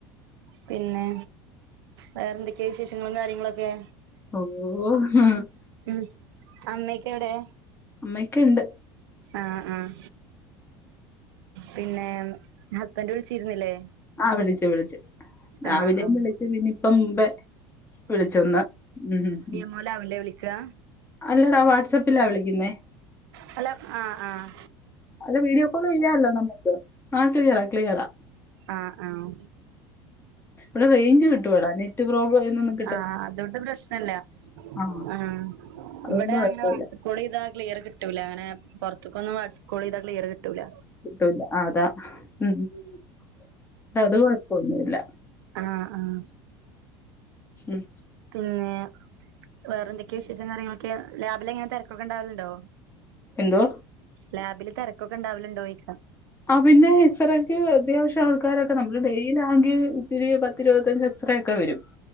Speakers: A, on the right; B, on the left.
A: പിന്നെ വേറെന്തൊക്കെയാ വിശേഷങ്ങളും കാര്യങ്ങളൊക്കെ
B: ഓഹ്
A: ഉം അമ്മയൊക്കെ എവിടെ
B: അമ്മയെക്കെണ്ട്
A: ആഹ് ആഹ് പിന്നേം ഹസ്ബന്റ് വിളിച്ചിരുന്നില്ലേ
B: ആഹ് വിളിച്ച് വിളിച്ച് രാവിലെയും
A: ആഹ് ആഹ്
B: വിളിച്ചു പിന്നെയിപ്പം മുമ്പേ വിളിച്ചുന്നാ ഉം ഉം ഉം
A: ഓൻ ലാവില്ലേ വിളിക്കാ
B: അല്ലടാ വാട്സപ്പിലാ വിളിക്കുന്നേ
A: ഹലോ ആഹ് ആഹ്
B: അത് വീഡിയോ കോള് ചെയ്യാല്ലോ നമ്മുക്ക് ആഹ് ക്ലിയറാ ക്ലിയറാ
A: ആഹ് ആഹ്
B: ഇവിടെ റേഞ്ച് കിട്ടുവെട നെറ്റ് പ്രോബ്ലം എന്നെന്നും
A: ആഹ് അതോണ്ട് പ്രശ്നല്ല
B: ആ
A: ആഹ്
B: അതുകൊണ്ട്
A: ഇവിടെ
B: കുഴപ്പമില്ല.
A: അങ്ങനെ വാട്സപ്പ് കോളെയ്ത ക്ലിയർ കിട്ടൂല അങ്ങനെ പൊറ്ത്ത്ക്കൊന്നും വാട്സപ്പ് കോളെയ്താ ക്ലിയർ കിട്ടൂല്ല
B: കിട്ടൂല അതാ ഉം ഉം അത് കൊഴപ്പൊന്നുല്ല
A: ആഹ് ആഹ്
B: ഉം
A: പിന്നെ വേറെ എന്തൊക്കെയാ വിശേഷം കാര്യങ്ങളൊക്കെ ലാബിലെങ്ങനെ തെരക്കൊക്കെ ഇണ്ടാവല്ണ്ടോ
B: എന്തോ
A: ലാബില് തെരക്കൊക്കെ ഇണ്ടാവലുണ്ടോയിക്ക
B: ആഹ് പിന്നെ എക്സറേക്ക് അത്യാവശ്യം ആൾക്കാരൊക്കെ നമ്മള് ഡേയിലാണെങ്കി ഇച്ചിരി പത്തി ഇരുപത്തഞ്ച് എക്സ്റേ ഒക്കെ വരും <inaudible>